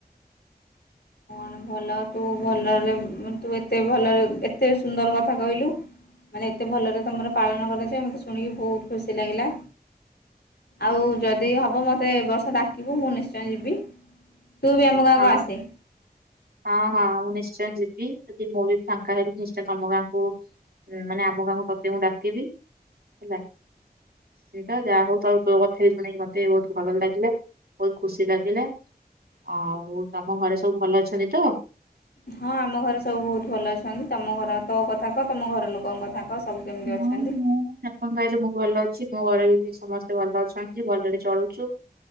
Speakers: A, on the left; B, on the right.
A: ମେ ଭଲ ତୁ ଭଲରେ ତୁ ଏତେ ଭଲରେ ଏତେ ସୁନ୍ଦର କଥା କହିଲୁ ମାନେ ଏତେ ଭଲରେ ତମର ପାଳନ କରାଯାଏ ମୋତେ ଶୁଣିକି ବହୁତ ଖୁସି ଲାଗିଲା। ଆଉ ଯଦି
B: ହଁ
A: ହବ ମତେ ଏଁ ବର୍ଷ ଡାକିବୁ ମୁଁ ନିଶ୍ଚୟ ଯିବି ତୁ ବି ଆମ ଗାଁକୁ
B: ହଁ
A: ଆସେ
B: ହଁ ହଁ ମୁଁ ନିଶ୍ଚୟ ଯିବି ଯଦି ମୁଁ ବି ଫାଙ୍କା ହେଲି ନିଶ୍ଚୟ ତମ ଗାଁକୁ ମାନେ ଆମ ଗାଁକୁ ତତେ ମୁଁ ଡାକିବି ହେଲା ନିଶ୍ଚିନ୍ତ ଯାହା ହଉ ତ ତୋ କଥା ବି ଶୁଣେଇି ମତେ ବହୁତ ଭଲ ଲାଗିଲେ ବହୁତ ଖୁସି ଲାଗିଲେ ଆଉ ତମ ଘରେ ସବୁ ଭଲ ଅଛନ୍ତି। ତ
A: ହଁ ଆମ ଘରେ ସବୁ ବହୁତ ଭଲ ଅଛନ୍ତି ତମ ଘର ତୋ କଥା କହ ତମ ଘର ଲୋକଙ୍କ କଥା ସେଟାକ ସବୁ କେମିତି ଅଛନ୍ତି।
B: ହଁ ମୁଁ ଠାକୁର ଦୟାରୁ ମୁଁ ଭଲ ଅଛି ମୋ ଘରେ ବି ସମସ୍ତେ ଭଲ ଅଛନ୍ତି ଭଲରେରେ ଚଳୁଛୁ